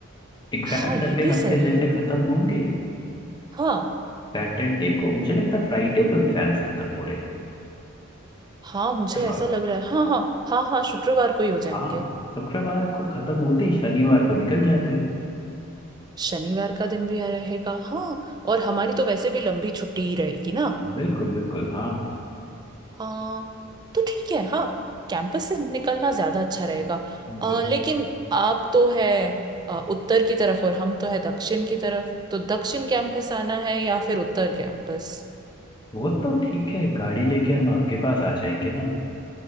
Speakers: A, on the left (about 20°); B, on the right (about 20°).
A: एग्जाम्स
B: हाँ ये
A: अगले
B: भी
A: हफ्ते
B: सही
A: जैसे
B: है
A: खत्म होंगे
B: हाँ
A: सैटरडे को मुझे लगता है फ्राइडे को एग्जाम्स खत्म हो रहे हैं
B: हाँ
A: शुक्रवार
B: मुझे ऐसा लग रहा है हाँ हाँ हाँ हाँ शुक्रवार को ही हो जाएंगे
A: हाँ शुक्रवार को खत्म होते ही शनिवार को निकल जाते
B: शनिवार का दिन भी आ रहेगा हाँ और हमारी तो वैसे भी लंबी छुट्टी ही रहेगी ना
A: बिल्कुल बिल्कुल हाँ
B: हाँ तो ठीक है हाँ कैंपस से निकलना ज्यादा अच्छा रहेगा
A: बिल्कुल।
B: अ, लेकिन आप तो है अ, उत्तर की तरफ और हम तो है दक्षिण की तरफ तो दक्षिण कैंपस आना है या फिर उत्तर कैंपस
A: वो तो ठीक है गाड़ी लेके हम आपके पास आ जाएंगे ना